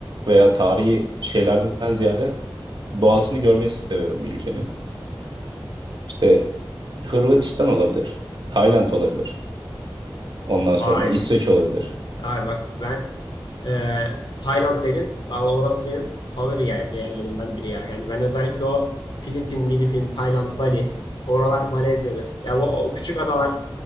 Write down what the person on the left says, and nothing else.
Vay.
Vay bak ben Ee, Tayland dedin. Valla orası benim favori yer, yerlerimden biri ya. Yani ben özellikle o Filipin, Milipin, Tayland, Bali. Oralar Malezya'dır. Ya bu o küçük adalar,